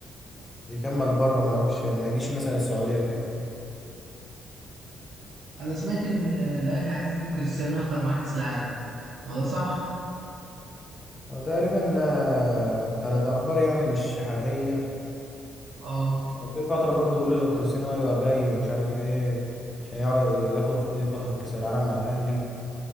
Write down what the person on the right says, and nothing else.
انا سمعت ان الاهلي عايز يجيب كريستيانو يهضر معاه كاس العالم ما ده صح
اه